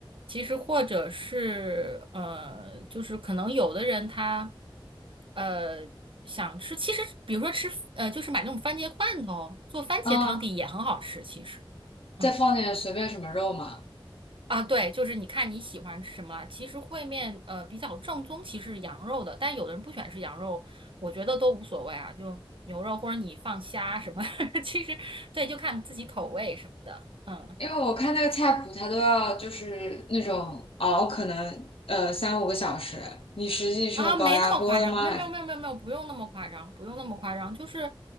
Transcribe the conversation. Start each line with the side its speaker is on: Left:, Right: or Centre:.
Right: 其实或者是呃，就是可能有的人他呃想吃，其实比如说吃呃，就是买那种番茄罐头做番茄汤底也很好吃，
Left: 啊，
Right: 其实。嗯
Left: 再放点随便什么肉嘛，
Right: 啊，对，就是你看你喜欢吃什么了。其实烩面呃比较正宗，其实是羊肉的，但有的人不喜欢吃羊肉，我觉得都无所谓啊，就牛肉或者你放虾什么，<laughs> 其实对，就看自己口味什么的。嗯。
Left: 因为我看那个菜谱，它都要就是那种熬，可能呃三五个小时。你实际是用高压锅的吗？
Right: 啊，没那么夸张，没有没有没有没有没有，
Left: 还是
Right: 不用那么夸张，不用那么夸张，就是，